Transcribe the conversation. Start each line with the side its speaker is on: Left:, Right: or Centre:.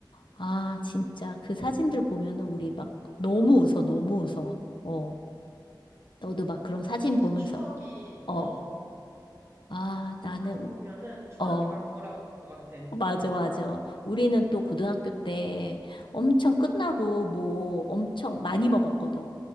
Left: 아,
Right: 응.
Left: 진짜, 그 사진들 보면은 우리 막 너무 웃어, 너무 웃어. 어, 너도 막 그런
Right: 맞아,
Left: 사진
Right: 진짜
Left: 보면서,
Right: 추억이,
Left: 어,
Right: 어,
Left: 아, 나는,
Right: 사진
Left: 우-
Right: 보면은 추억이
Left: 어,
Right: 막 돌아오는 것 같아.
Left: 어, 맞아, 맞아. 우리는 또 고등학교 때 엄청 끝나고
Right: 응,
Left: 뭐 엄청 많이 먹었거든.